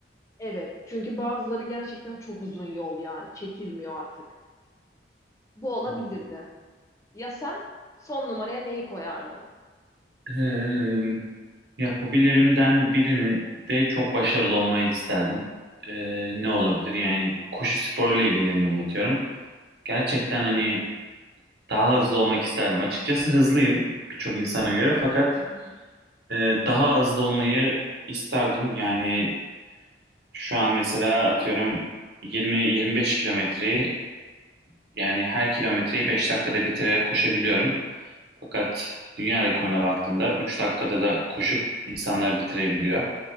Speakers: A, on the left (about 15°); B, on the right (about 60°).
A: Evet, çünkü bazıları gerçekten çok uzun yol yani çekilmiyor artık. Bu olabilirdi.
B: Hı hı.
A: Ya sen son numaraya neyi koyardın?
B: Ee, ya hobilerimden birinin de çok başarılı olmayı isterdim. Ee, ne olabilir? Yani koşu sporuyla ilgileniyorum atıyorum. Gerçekten hani daha hızlı olmak isterdim. Açıkçası hızlıyım birçok insana göre fakat
A: Hı hı.
B: e, daha hızlı olmayı isterdim. Yani şu an mesela atıyorum 20-25 kilometreyi yani her kilometreyi 5 dakikada bitirerek koşabiliyorum. Fakat dünya rekoruna baktığında 3 dakikada da koşup insanlar bitirebiliyor.